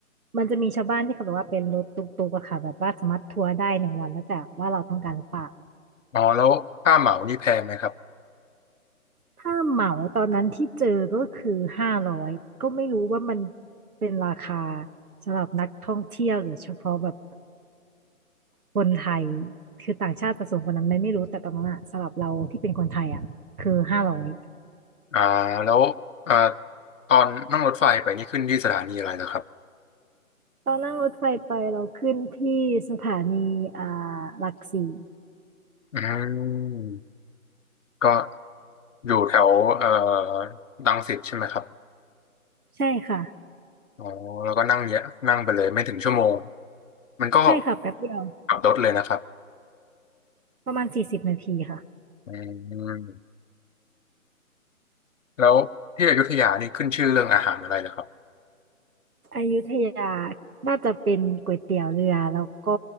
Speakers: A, on the right; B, on the left.
A: มันจะมีชาวบ้านที่เขาแบบว่าเป็นรถตุ๊กๆอะค่ะแบบว่าสามารถทัวร์ได้หนึ่งวันแล้วแต่ว่าเราต้องการหรือเปล่า
B: อ๋อแล้วค่าเหมานี่แพงไหมครับ
A: ถ้าเหมาตอนนั้นที่เจอก็คือห้าร้อยก็ไม่รู้ว่ามันเป็นราคาสำหรับนักท่องเที่ยวหรือเฉพาะแบบคนไทยคือต่างชาติจะสูงกว่านั้นไหมไม่รู้แต่ตอนนั้นอะสำหรับเราที่เป็นคนไทยอะคือห้าร้อย
B: อ่าแล้วอ่าตอนนั่งรถไฟไปนี่ขึ้นที่สถานีอะไรเหรอครับ
A: ตอนนั่งรถไฟไปเราขึ้นที่สถานีอ่าหลักสี่
B: อืมก็ อยู่แถวเอ่อรังสิตใช่ไหมครับ
A: ใช่ค่ะ
B: อ๋อแล้วก็นั่งเยอะนั่งไปเลยไม่ถึงชั่วโมงมันก็
A: ใช่ค่ะแป๊บเดียว
B: ขับรถเลยนะครับ
A: ประมาณสี่สิบนาทีค่ะ
B: อืมแล้วที่อยุธยานี่ขึ้นชื่อเรื่องอาหารอะไรนะครับ
A: อยุธยาน่าจะเป็นก๋วยเตี๋ยวเรือแล้วก็